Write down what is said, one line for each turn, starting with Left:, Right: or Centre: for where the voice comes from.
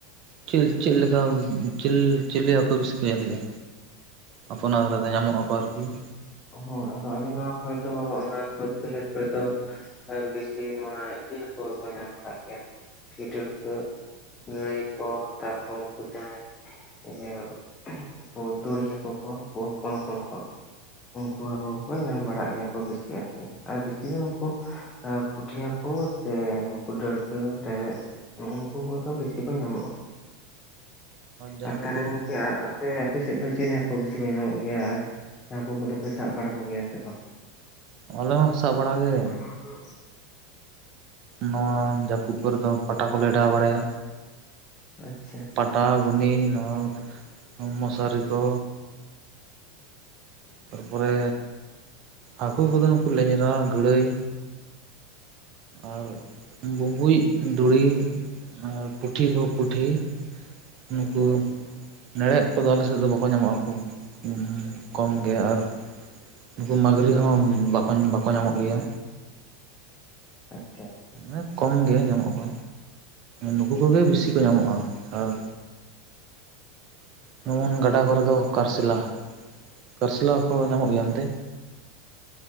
Right: ᱪᱤᱞ ᱪᱤᱞ ᱞᱮᱠᱟ ᱪᱤᱞ ᱪᱤᱞᱮ ᱦᱟᱠᱚ ᱵᱤᱥᱤ ᱠᱚ ᱡᱷᱟᱞᱤᱜᱟ? ᱟᱯᱮ ᱚᱱᱟ ᱫᱷᱟᱨᱮ ᱫᱚ ᱧᱟᱢᱚᱜ ᱟᱠᱚ ᱟᱨᱠᱤ <unintelligible>
Left: ᱦᱳᱭ ᱟᱫᱚ ᱟᱞᱮ ᱱᱚᱣᱟ ᱠᱚᱨᱮ ᱫᱚ ᱚᱱᱟ ᱵᱟᱹᱫᱽ ᱵᱟᱹᱭᱦᱟᱹᱲ ᱠᱚᱨᱮ ᱫᱚᱼᱼ ᱵᱮᱥᱤ ᱱᱚᱣᱟ ᱤᱭᱟᱹ ᱦᱟᱠᱩ ᱠᱚ ᱧᱟᱢ ᱵᱟᱲᱟᱜ ᱜᱮᱭᱟ ᱱᱚᱣᱟ ᱯᱩᱴᱷᱤ ᱰᱟᱹᱲᱠᱟᱹᱼᱼ ᱜᱟᱹᱲᱟᱹᱭ ᱠᱚ ᱛᱟᱨᱯᱚᱨ ᱱᱩᱠᱩ ᱡᱟᱦᱟᱸᱭᱼᱼ ᱤᱭᱟᱹ ᱩᱱᱠᱩ ᱫᱩᱲᱤ ᱦᱟᱠᱩ ᱠᱚ ᱦᱚᱯᱚᱱ ᱦᱚᱯᱚᱱ ᱠᱚ ᱩᱱᱠᱩᱼᱼ ᱦᱟᱠᱳ ᱠᱚ ᱧᱟᱢ ᱵᱟᱲᱟᱜ ᱜᱮᱭᱟ ᱠᱚ ᱵᱤᱥᱤ ᱟᱨᱠᱤ ᱟᱨ ᱵᱤᱥᱤ ᱫᱚ ᱱᱩᱠᱩ ᱯᱩᱴᱷᱤ ᱦᱟᱠᱩᱼᱼ ᱠᱚ ᱥᱮ, ᱱᱩᱠᱩ ᱰᱟᱹᱲᱠᱟᱹ ᱨᱮᱨᱮᱡ ᱱᱩᱠᱩ ᱠᱚ ᱜᱮ ᱵᱮᱥᱤ ᱠᱚ ᱧᱟᱢᱚᱜᱼᱟ᱾
Right: ᱡᱟᱦᱟᱸ
Left: ᱟᱨ ᱛᱟᱦᱚᱞᱮ
Right: ᱱᱩᱠᱩ
Left: ᱜᱚᱝᱠᱮ ᱟᱯᱮ, ᱟᱯᱮ ᱥᱮᱫ ᱫᱚ ᱪᱮᱞᱮ ᱦᱟᱠ ᱦᱟᱹᱠᱩ ᱵᱤᱥᱤ ᱠᱚ ᱧᱟᱢᱚᱜ ᱜᱮᱭᱟ, ᱟᱨ ᱦᱟᱹᱠᱩ ᱠᱚᱫᱚ ᱯᱮ ᱥᱟᱵ ᱵᱟᱲᱟ ᱠᱚᱜᱮᱭᱟ ᱥᱮ ᱵᱟᱝ?
Right: ᱟᱞᱮ ᱢᱟ ᱥᱟᱵ ᱵᱟᱲᱟ ᱜᱮ,
Left: <unintelligible>
Right: ᱱᱚᱣᱟ ᱡᱟᱹᱯᱩᱫ ᱠᱚᱨᱮᱫ ᱫᱚ ᱯᱟᱴᱟ ᱠᱚᱞᱮ ᱚᱰᱟᱣ ᱵᱟᱲᱟᱭᱟ᱾
Left: ᱟᱪᱪᱷᱟ,
Right: ᱯᱟᱴᱟ, ᱜᱷᱩᱱᱤ, ᱱᱚᱣᱟ ᱢᱚᱥᱟᱨᱤ ᱠᱚ, ᱛᱟᱨᱯᱚᱨᱮ ᱦᱟᱹᱠᱩ ᱠᱚᱫᱚ ᱱᱩᱠᱩ, ᱞᱮᱸᱡᱨᱟ, ᱜᱟᱹᱲᱟᱹᱭ ᱟᱨ ᱵᱩᱸᱵᱩᱡ ᱫᱩᱲᱤ ᱟᱨ ᱯᱩᱴᱷᱤ ᱠᱚ ᱯᱩᱴᱷᱤ ᱱᱩᱠᱩ, ᱱᱮᱲᱦᱮᱫ ᱠᱚᱫᱚ ᱟᱞᱮᱥᱮᱫ ᱫᱚ ᱵᱟᱠᱚ ᱧᱟᱢᱚᱜᱼᱟ, ᱩᱱᱠᱩ ᱠᱚᱢ ᱜᱮ ᱟᱨ ᱩᱱᱠᱩ ᱢᱟᱹᱜᱽᱨᱤ ᱦᱚᱸ ᱵᱟᱠᱚ, ᱵᱟᱠᱚ ᱧᱟᱢᱚᱜ ᱜᱮᱭᱟ᱾
Left: ᱟᱪᱪᱷᱟ, ᱟᱪᱪᱷᱟ
Right: ᱢᱟᱱᱮ ᱠᱚᱢ ᱜᱮ ᱧᱟᱢᱚᱜ ᱠᱚ, ᱱᱩᱠᱩ ᱠᱚᱜᱮ ᱵᱤᱥᱤ ᱠᱚ ᱧᱟᱢᱚᱜᱼᱟ, ᱟᱨ ᱡᱮᱢᱚᱱ ᱜᱟᱰᱟ ᱠᱚᱨᱮ ᱫᱚ, ᱠᱟᱹᱨᱥᱤᱞᱟ, ᱠᱟᱹᱨᱥᱮᱞᱟ ᱠᱚ ᱧᱟᱢᱚᱜ ᱜᱮᱭᱟ ᱚᱱᱛᱮ?